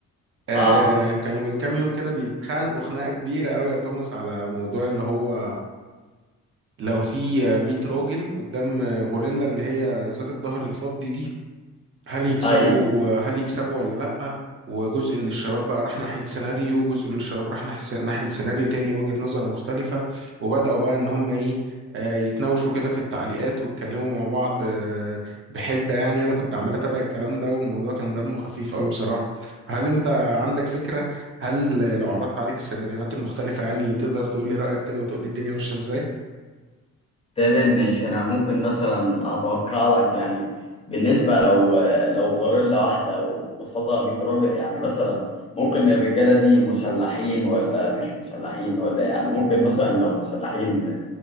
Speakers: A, on the right; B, on the left.
A: آه
B: اه
A: كانوا من كام يوم كده بيتخانقوا خناقة كبيرة قوي يا توماس على موضوع اللي هو لو في 100 راجل قدام غوريلا اللي هي ذات الظهر الفضي دي هل يكسبوا
B: ايوه
A: هل يكسبوا ولا لأ وجزء من الشباب بقى راح ناحية سيناريو جزء من الشباب راح نح- ناحية سيناريو تاني وجهة نظر مختلفة وبدأوا بقى إن هم إيه آه، يتناوشوا كده في التعليقات ويتكلموا مع بعض آه، بحدة يعني وأنا كنت عمال أتابع الكلام ده والموضوع كان دمه خفيف أوي بصراحة فهل أنت عندك فكرة هل لو عرضت عليك السيناريوهات المختلفة يعني تقدر تقول لي رأيك كده وتقول لي الدنيا ماشية إزاي؟
B: تمام ماشي انا ممكن مثلا اتوقع لك يعني بالنسبه لو لو غوريلا واحده وقصادها 100 راجل يعني مثلا ممكن الرجاله دي مسلحين ولا مش مسلحين ولا يعني ممكن مثلا لو مسلحين